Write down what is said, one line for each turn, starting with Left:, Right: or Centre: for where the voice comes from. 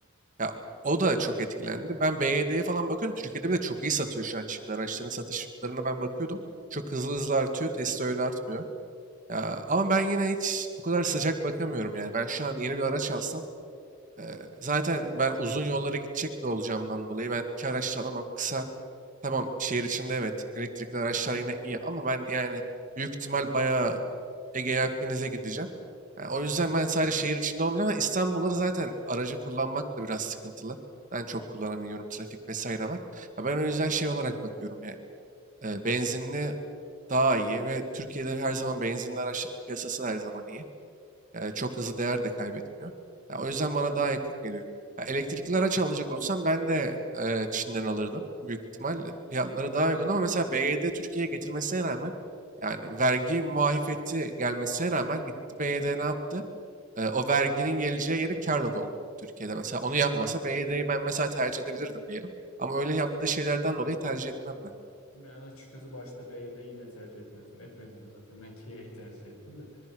Right: ya o da çok etkilendi. Ben BYD'ye falan bakıyorum. Türkiye'de bile çok iyi satıyor şu an Çin'de. Araçların satışlarına ben bakıyordum. Çok hızlı hızlı artıyor. Tesla öyle artmıyor. Ya, ama ben yine hiç o kadar sıcak bakamıyorum yani. Ben şu an yeni bir araç alsam eee, zaten ben uzun yollara gidecek de olacağımdan dolayı ben iki araç da alamam. Kısa tamam şehir içinde evet elektrikli araçlar yine iyi ama ben yani büyük ihtimal bayağı Ege'ye Akdeniz'e gideceğim. Yani o yüzden
Left: Hı hı.
Right: ben sadece şehir içinde olmayacağım. ama İstanbul'da zaten aracı kullanmak da biraz sıkıntılı. Ben çok kullanamıyorum. Trafik vesaire var. Ya ben o yüzden
Left: Hı.
Right: şey olarak bakıyorum yani. E, benzinli daha iyi ve Türkiye'de her zaman benzinli araçların piyasası da her zaman iyi. Yani çok hızlı değer de kaybetmiyor. Ya o yüzden bana daha yakın geliyor. Ya elektrikli araç alacak olsam ben de e, Çin'den alırdım. Büyük ihtimal fiyatları daha uygun ama mesela BYD Türkiye'ye getirmesine rağmen yani vergi muafiyeti gelmesine rağmen gitti BYD ne yaptı? E, o verginin geleceği yeri karla doldu Türkiye'de. Mesela onu yapmasa BYD'yi ben mesela tercih edebilirdim diyelim. Ama öyle yaptığı şeylerden dolayı tercih etmem ben.
Left: Ben açıkçası başta B'de yine tercih etmezdim. Etmedim de zaten. Ben Kia'yı tercih ettim de.